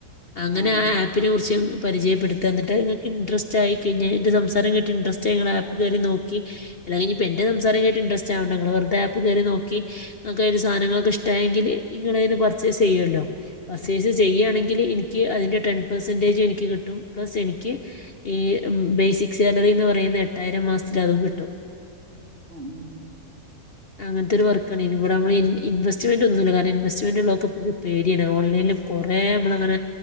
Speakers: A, on the left; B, on the right.
A: അങ്ങനെ
B: ആഹ്
A: ആ ആപ്പിനെ കുറിച്ച് പരിചയപ്പെടുത്ത എന്നിട്ട് ങ്ങൾക്ക് ഇൻട്രസ്റ്റ് ആയി കഴിഞ്ഞാൽ ഡിസംസറ് റ്റിന്റെരെസ്റ്റ്‌ ഇങ്ങനാ കേറിനോക്കി എല്ലാം കഴിഞ്ഞ് ഇപ്പന്റെ സംസാരം കേട്ടിട്ട് ഇന്റെരെസ്റ്റാവണ്ട ഇങ്ങള് വെറുതെ ആപ്പ് കേറി നോക്കി അക്കാര് സാധനങ്ങളൊക്കെ ഇഷ്ടായെങ്കില് ഇങ്ങളന്നെ പർച്ചേസ് ചെയ്യുമല്ലോ പർച്ചേസ് ചെയ്യാണെങ്കില് എനിക്ക് അതിന്റെ ടെൻ പെർസെൻടേജ് എനിക്ക് കിട്ടും പ്ലസ് എനിക്ക് ഈ ബേസിക്സ് ന്നറിന്ന് പറയുന്നേ എട്ടായിരം മാസത്തിലതും കിട്ടും
B: ഉം ഉം
A: അങ്ങനത്തൊരു വർക്കാണ് ഇനി ഇവിടെ നമ്മൾ ഇൻവെസ്റ്റ്മെന്റ് ഒന്നുല്ല കാരണം ഇൻവെസ്റ്റ്മെന്റ് ഉള്ളതൊക്കെ പേടിയാണ് ഓൺലൈനിലും കുറെ നമ്മളങ്ങനെ